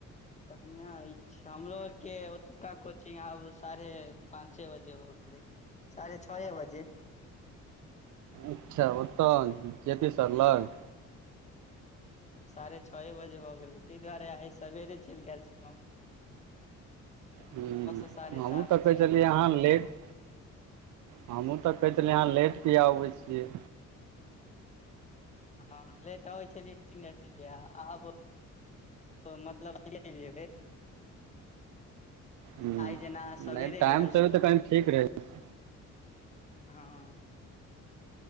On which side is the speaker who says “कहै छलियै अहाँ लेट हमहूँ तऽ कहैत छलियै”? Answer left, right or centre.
Right